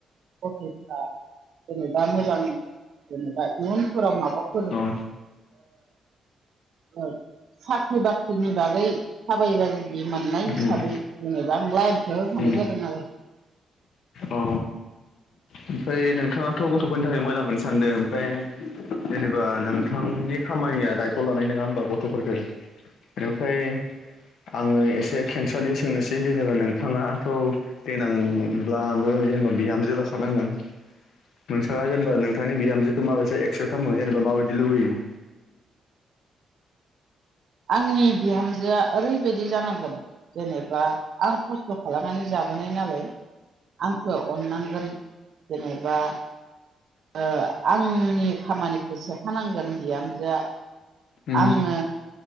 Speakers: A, on the right; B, on the left.
A: जेनेबा जेनेबा मोजां जेनेबा इयुनफोराव माबाफोर ओ
B: अ
A: ओ साख्रि बाख्रिनि बागै थाबायबा जुदि मोननाय हिसाबै
B: उम
A: जेनेबा आं लाइनखौ हो
B: उम
A: खानाय <unintelligible>
B: औ ओमफ्राय नोंथाङाथ' गथ'फोरनि थाखाय मोजांनो सानदों ओमफ्राय जेनेबा नोंथांनि खामानिया दायथ' लानाय नङा होमबा गथ'फोरफोरखो बेनिफ्राय आङो एस जे खेंसालि सोंनोसै जेनेबा नोंथाङाथ' देनां ब्लाबो जेनेबा बिहामजो लाखानांगोन नोंथाङा जेनेबा नों नोंथांनि बिहामजोखौ माबायसा एक्सेप खालामोे जेनेबा माबायदि लुबैयो
A: आंनि बिहामजोआ ओरैबायदि जानांगोन जेनेबा आं खस्थ' खालामनानै जाबोनाय नालाय आंखौ अननांगोन जेनेबा ओ आंनि खामानिखौ सेख'नांगोन बिहामजोआ
B: उम
A: आंनो